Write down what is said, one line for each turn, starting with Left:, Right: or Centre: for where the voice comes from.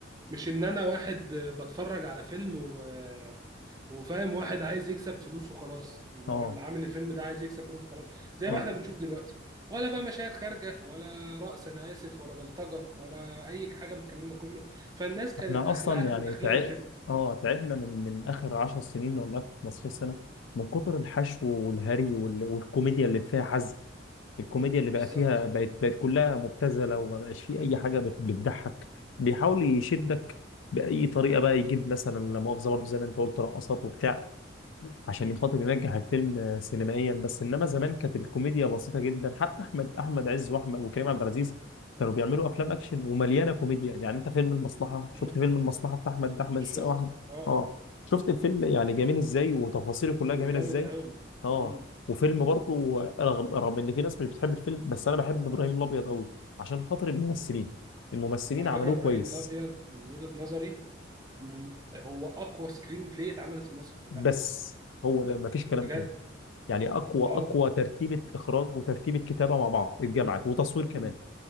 Right: مش ان انا واحد بتفرج على فيلم و... وفاهم واحد عايز يكسب فلوس وخلاص اللي
Left: اه
Right: هو اللي عامل الفيلم ده عايز يكسب فلوس وخلاص زي
Left: اه
Right: ما احنا بنشوف دلوقتي ولا بقى مشاهد خارجه ولا رقص انا اسف ولا بلطجه ولا اي حاجه من الكلام ده كله فالناس كانت
Left: احنا
Right: اخلاقها
Left: اصلا يعني
Right: من اخلاق
Left: تعب
Right: الفيلم
Left: اه تعبنا من من اخر 10 سنين ولا اخر 15 سنة من كتر الحشو والهري وال... والكوميديا اللي فيها حزق الكوميديا اللي
Right: بالظبط
Left: بقى فيها بقت بقت كلها مبتذله وما بقاش فيه اي حاجه بت- بتضحك بيحاول يشدك باي طريقه بقى يجيب مثلا لا مؤاخذه برضه زي ما انت قلت رقصات وبتاع عشان
Right: مم.
Left: خاطر ينجح الفيلم سينمائيا بس انما زمان كانت الكوميديا بسيطه جدا حتى احمد احمد عز واحمد وكريم عبد العزيز كانوا بيعملوا افلام اكشن ومليانه كوميديا يعني انت فيلم المصلحه شفت
Right: مم.
Left: فيلم المصلحه بتاع احمد احمد
Right: شفت
Left: السقا واحمد
Right: اه
Left: اه
Right: اه
Left: شفت الفيلم يعني جميل ازاي وتفاصيله كلها
Right: كان
Left: جميله
Right: جامد
Left: ازاي
Right: قوي
Left: اه
Right: مم.
Left: وفيلم برضه رغم رغم ان في ناس مش بتحب الفيلم بس انا بحب ابراهيم الابيض قوي عشان خاطر الممثلين الممثلين
Right: على
Left: عملوه
Right: فكره ابراهيم
Left: كويس
Right: الابيض من وجهه نظري من هو اقوى سكرين بلاي اتعملت في مصر كلها
Left: بس هو ده مفيش كلام
Right: بجد
Left: تاني يعني اقوى
Right: اه
Left: اقوى ترتيبه اخراج وترتيبه كتابه مع بعض اتجمعت
Right: مم.
Left: وتصوير كمان
Right: مم.